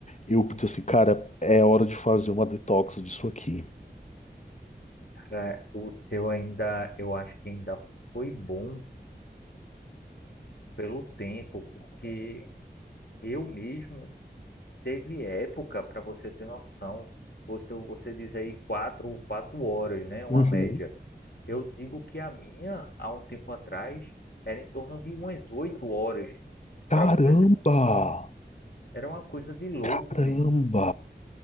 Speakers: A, on the left (about 40°); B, on the left (about 70°).
A: eu disse assim, cara, é hora de fazer uma detox disso aqui.
B: É, o seu ainda, eu acho que ainda foi bom pelo tempo, porque eu mesmo teve época, para você ter noção, você, você diz aí quatro, quatro horas, né? Uma
A: Uhum.
B: média. Eu digo que a minha, há um tempo atrás, era em torno de umas oito horas,
A: Caramba!
B: para você ter noção. Era uma coisa de louco
A: Caramba!
B: mesmo.